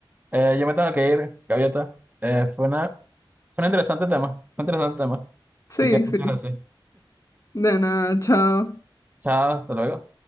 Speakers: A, on the right; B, on the left.
A: Eh, yo me tengo que ir, Gaviota. Eh, fue una, fue un interesante tema, fue un interesante tema.
B: Sí,
A: Así que
B: sí.
A: muchas gracias.
B: De nada, chao.
A: Chao, hasta luego.